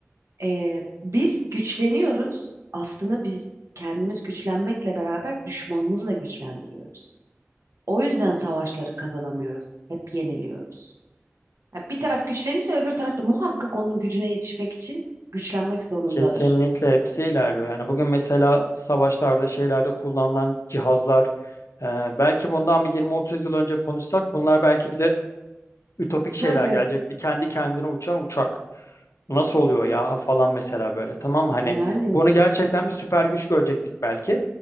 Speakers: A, on the right; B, on the left.
A: E, biz güçleniyoruz. Aslında biz kendimiz güçlenmekle beraber düşmanımızı da güçlendiriyoruz. O yüzden savaşları kazanamıyoruz. Hep yeniliyoruz. Ya bir taraf güçlenirse öbür taraf da muhakkak onun gücüne yetişmek için güçlenmek zorundadır.
B: Kesinlikle hepsi ilerliyor. Yani bugün mesela savaşlarda şeylerde kullanılan cihazlar e, belki bundan bir 20-30 yıl önce konuşsak bunlar belki bize ütopik şeyler
A: Tabii.
B: gelecekti. Kendi kendine uçan uçak. Nasıl oluyor ya falan mesela böyle tamam mı?
A: Yani
B: Hani bunu gerçekten bir süper güç görecektik belki.